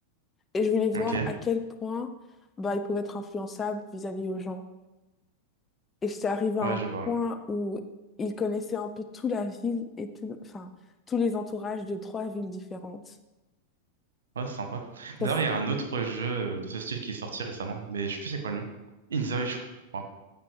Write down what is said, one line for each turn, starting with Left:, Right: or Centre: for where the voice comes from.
Left: Et je voulais voir
Right: Ok,
Left: à quel point, bah, il pouvait être influençable vis-à-vis aux gens. Et j'étais arrivée à
Right: ouais,
Left: un
Right: je vois.
Left: point où il connaissait un peu toute la ville et tout, enfin, tous les entourages de trois villes différentes.
Right: Ouais, c'est sympa.
Left: Ça,
Right: D'ailleurs,
Left: s-
Right: il y a un autre jeu de ce style qui est sorti récemment, mais je sais plus c'est quoi le nom. Inzoi, je crois.